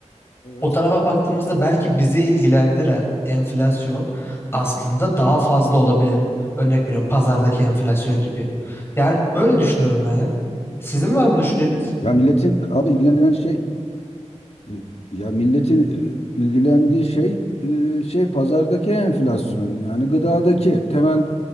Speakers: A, on the left; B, on the left.
A: Evet.
B: O tarafa baktığımızda belki bizi ilgilendiren enflasyon aslında daha fazla olabilir. Örnek veriyorum pazardaki enflasyon gibi. Yani böyle düşünüyorum ben ya. Sizin var mı düşünceniz?
A: Ya milletin abi ilgilendiren şey e, ya milletin e, ilgilendiği şey e, şey pazardaki enflasyon yani gıdadaki temel